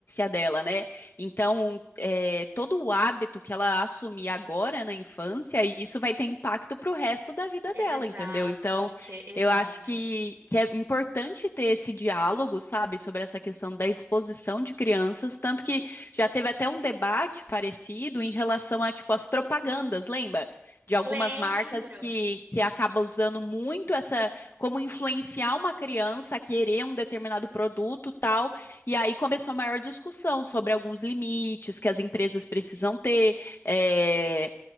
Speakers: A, on the left; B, on the right.
A: dela, né? Então, é, todo o hábito que ela assumir agora na infância, isso vai ter impacto pro resto da vida
B: Exato,
A: dela, entendeu? Então,
B: porque, exato.
A: eu acho que, que é importante ter esse diálogo, sabe, sobre essa questão da exposição de crianças, tanto que já teve até um debate parecido em relação a, tipo, as propagandas, lembra? De algumas
B: Lembro.
A: marcas que, que acaba usando muito essa como influenciar uma criança a querer um determinado produto, tal. E aí começou a maior discussão sobre alguns limites que as empresas precisam ter, é,